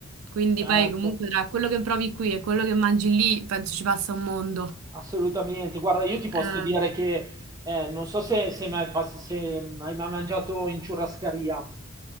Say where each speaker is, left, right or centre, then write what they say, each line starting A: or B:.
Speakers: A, on the right; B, on the right.
A: quindi
B: certo.
A: poi comunque tra quello che provi qui e quello che mangi lì penso ci passa un mondo.
B: Assolutamente, guarda, io ti posso
A: Eh,
B: dire che eh, non so se, se mai pass- se hai mai mangiato in ciurrascaria.